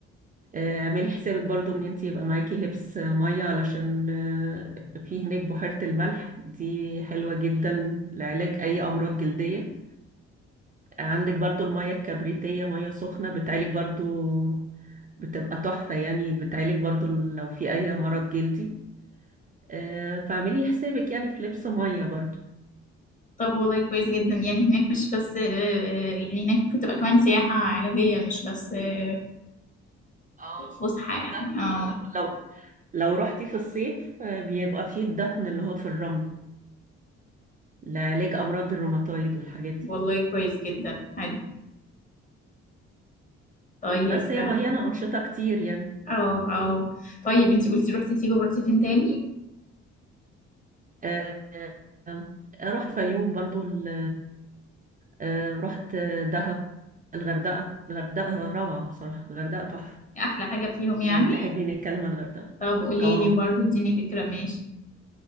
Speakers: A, on the right; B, on the left.
A: آه، اعملي حسابك برضو ان انت يبقى معاكي لبس آه، مية علشان آه، في هناك بحيرة الملح دي حلوة جدا لعلاج أي أمراض جلدية عندك برضو المية الكبريتية مية سخنة بتعالج برضو بتبقى تحفة يعني بتعالج برضو لو في أي مرض جلدي آه، فاعملي حسابك يعني في لبس مية برضو
B: طب والله كويس جدا يعني هناك مش بس آه، آه، يعني هناك ممكن تبقى كمان سياحة علاجية مش بس آه،
A: اه
B: فسحة
A: في
B: يعني
A: الدفن
B: اه
A: بقى لما لو لو رحتي في الصيف آه، بيبقى في الدفن اللي هو في الرمل لعلاج امراض الروماتويد والحاجات دي
B: والله كويس جدا حلو طيب
A: بس هي
B: اه
A: مليانه انشطه كتير يعني
B: اه آه. طيب انتي قلتي روحتي سيوة ورحتي فين تاني
A: آه، آه، آه، رحت الفيوم برضو ال- آه، رحت آه، دهب الغردقه الغردقه روعه بصراحه الغردقه تحفه
B: احلى حاجة فيهم يعني
A: لو تحبي نتكلم عن الغردقه
B: طب قولي
A: اه
B: لي برضو اديني فكرة ماشي